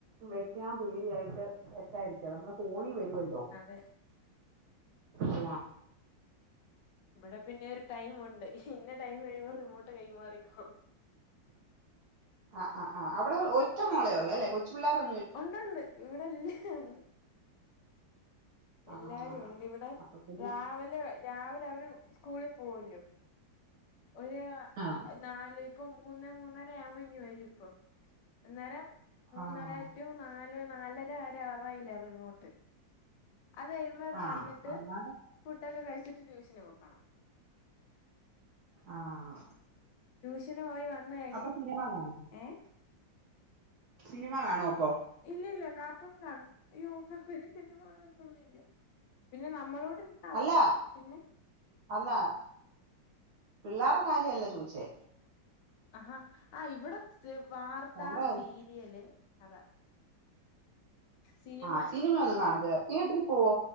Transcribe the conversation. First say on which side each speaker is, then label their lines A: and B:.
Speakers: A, on the right; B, on the left.
A: വെക്കാൻ പേടിയായിട്ട് വെക്കാതിരിക്ക നമ്മള ഫോണി വരോല്ലോ
B: അതെ
A: അല്ലെ
B: ഇവിടെ പിന്നെ ഒരു ടൈമൊണ്ട് ഇന്ന ടൈം കഴിയുമ്പൊ റിമോട്ട് കൈമാറിക്കൊ
A: ആഹ് ആഹ് ആഹ് അവിട ഒറ്റ മോളെ ഉള്ള് അല്ലെ കൊച്ചു പിള്ളാരൊ
B: ഒണ്ടൊണ്ട് ഇവിടെല്ലാരും ഒണ്ട്
A: ആഹ്
B: എല്ലാരും ഉണ്ട് ഇവിടെ
A: അപ്പൊ പിന്നെ
B: രാവിലെ വ- രാവിലെ അവര് സ്കൂളി പോവോ ല്ലൊ ഒര്
A: ആഹ്
B: നാല് ഇപ്പൊ മൂന്നെ മൂന്നര യാ കുമ്പഞ്ഞ് വരും ഇപ്പം അന്നേരം മൂന്നരാ
A: ആഹ്
B: റ്റു നാല് നാലരവരറവര യിലാ റിമോട്ട് അത് കഴിയുമ്പൊ
A: ആഹ്
B: തന്നിട്ട്
A: അന്നാലും
B: ഫുഡൊക്കെ കഴിച്ചിട്ട് ട്യൂഷന് പൊ ക്കോണം
A: ആഹ്
B: ട്യൂഷന് പോയി വന്ന്കഴിഞ്ഞ്
A: അപ്പൊ സിനിമ കാണുവോ
B: ഏഹ്
A: സിനിമ കാണൊ അപ്പൊ
B: ഇല്ല ല്ല കാർട്ടൂൺ കാണും അയ്യോ ഇവര് സിനിമ കാണത്തൊന്നും ഇല്ല പിന്നെ നമ്മളോട്
A: അല്ല
B: പിന്നെ
A: അല്ല പിള്ളാരെ കാര്യല്ല ചോദിച്ചേ
B: ആഹാ ആഹ് ഇവിടെ വാർത്താ
A: തന്റെ കാര്യം
B: സീരിയല് അതാ സിനിമ
A: ആഹ് സിനിമയൊന്നും കാണത്തില്ലേ തിയേറ്ററിൽ പോവോ